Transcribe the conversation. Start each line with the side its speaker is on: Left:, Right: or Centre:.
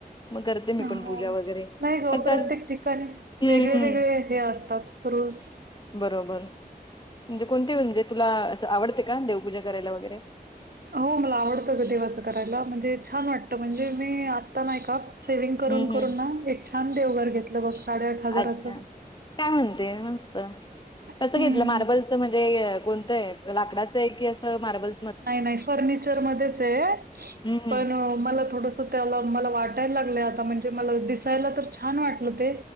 Left: मग करते मी
Right: हो
Left: पण पूजा वगैरे.
Right: नाही ग
Left: फक्त
Right: प्रत्येक
Left: अशी-
Right: ठिकाणी
Left: हम्म
Right: वेगळे
Left: हम्म
Right: वेगळे हे असतात रूल्स.
Left: बरोबर, म्हणजे कोणते म्हणजे तुला असं आवडते का देवपूजा करायला वगैरे?
Right: हो मला आवडतं ग देवाचं करायला म्हणजे छान वाटतं म्हणजे मी आत्ता नाही का सेविंग करून
Left: हं, हं.
Right: करून ना एक छान देवघर घेतलं बघ. साडेआठ हजाराचं
Left: अच्छा काय म्हणते मस्त.
Right: हम्म
Left: कसं घेतलं, मार्बलचं म्हणजे कोणतंय लाकडाचं ये की अस मार्बल?
Right: नाही नाही फर्निचर मध्येच ये
Left: हं, हं.
Right: पण मला थोडस त्याला मला वाटायला लागलं, आता म्हणजे मला दिसायला तर छान वाटलं ते